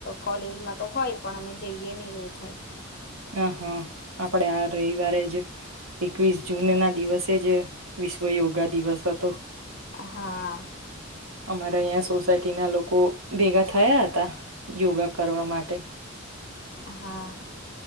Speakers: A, on the left (about 45°); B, on the right (about 80°).
A: કોલેજમાં તો હોય પણ અમે જઈએ નહી એવું થાય.
B: હ હા આપડે રવિવારે જ એકવીસ જૂન ના દિવસે જ વિશ્વ યોગા દિવસ હતો.
A: હા.
B: અમારા અહીં સોસાયટી ના લોકો ભેગા થયા હતા યોગા કરવા માટે.
A: હા.